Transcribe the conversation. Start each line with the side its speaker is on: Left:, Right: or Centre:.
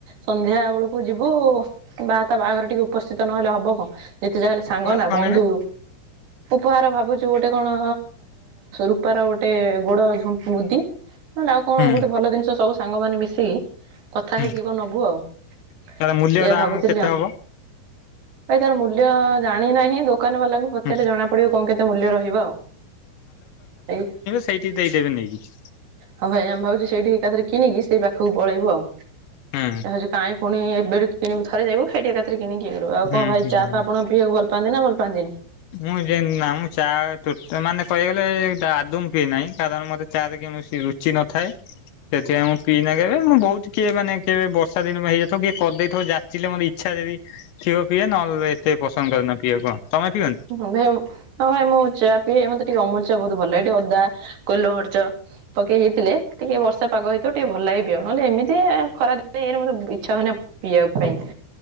Right: ସନ୍ଧ୍ୟା ବେଳୁକୁ ଯିବୁ ବା ତା ବାହାଘରେ ଟିକେ ଉପସ୍ଥିତ ନହେଲେ ହବ କଣ? ଯେତେ ଯାହା ହେଲେ ସାଙ୍ଗ
Left: ଉପହାର
Right: ନା
Left: କଣ
Right: ବନ୍ଧୁ।
Left: ନେବେ
Right: ଉପହାର ଭାବୁଚୁ ଗୋଟେ କଣ ରୂପାର ଗୋଟେ ଗୋଡ ଝୁଣ୍ ମୁଦି। ନହେଲେ ଆଉ କଣ
Left: ହୁଁ
Right: ଗୋଟେ ଭଲ ଜିନିଷ ସବୁ ସାଙ୍ଗମାନେ ମିଶିକି କଥା
Left: ହୁଁ।
Right: ହେଇକି କଣ ନବୁ ଆଉ ଏଇଆ
Left: ତାର ମୂଲ୍ୟ ଦାମ
Right: ଭାବୁଥିଲି
Left: କେତେ
Right: ଆଉ।
Left: ହବ?
Right: ଭାଇ ତାର ମୂଲ୍ୟ ଜାଣିନାହିଁ ଦୋକାନ ବାଲାଙ୍କୁ ପଚାରିଲେ
Left: ହୁଁ
Right: ଜଣା ପଡିବ କଣ କେତେ ମୂଲ୍ୟ ରହିବ ଆଉ ଏଇ
Left: ସେଇଠିକି ଦେଇଦେବେ ନେଇକି।
Right: ହଁ ଭାଇ ଆମେ ଭାବୁଚୁ ସେଇଠିକି ଏକାଥରେ କିଣିକି ସେଇ ପାଖୁକୁ ପଳେଇବୁ ଆଉ
Left: ହୁଁ
Right: ଭାବୁଚୁ କାଇଁ ପୁଣି ଏବେ ଠୁ କିଣିବୁ ଥରେ ଯିବୁ ସେଇଠି ଏକାଥରେ କିଣିକି ଇଏ କରିବୁ ଆଉ
Left: ହୁଁ
Right: କଣ ଭାଇ
Left: ହୁଁ
Right: ଚା ଫା ଆପଣ ପିଇବାକୁ ଭଲ ପାଆନ୍ତି ନା ଭଲ ପାନ୍ତିନି
Left: ମୁଁ ଯେ ନା ମୁଁ ଚା ତୁଟା ମାନେ କଇବାକୁ ଗଲେ ତା ଆଦୌ ମୁଁ ପିଏ ନାଇଁ କାରଣ ମତେ ଚା ରେ କୌଣସି ରୁଚି ନଥାଏ। ସେଥିପାଇଁ ମୁଁ ପିନା କେବେ ମୁଁ ବହୁତୁ କିଏ ମାନେ କେବେ ବର୍ଷା ଦିନ ହେଇଯାଇ ଥବ କିଏ କରିଦେଇଥବ ଜାଚିଲେ ମୋର ଇ ଛା ଯଦି ଥିବ ପିଏ ନହେଲେ ଏତେ ପସନ୍ଦ କରେନା ପିଇବାକୁ କଣ ତମେ ପିଅ
Right: <unintelligible> ହଁ ଭାଇ ମୁଁ ଚା ପିଏ ମତେ ଟିକେ ଅମୁଲ ଚା ବହୁତୁ ଭଲ ଲାଗେ ଟିକେ ଅଦା ଗୋଲମରିଚ ପକେଇ ହେଇଥିଲେ ଟିକେ ବର୍ଷା ପାଗ ହେଇଥିବ ଟିକେ ଭଲ ଲାଗେ ପିଇବାକୁ ନହେଲେ ଏମିତି ଏ ଖରା ଦି ଇଏ ରେ ମତେ ଇଚ୍ଛା ହୁଏନା ପିଇବା ପାଇଁ।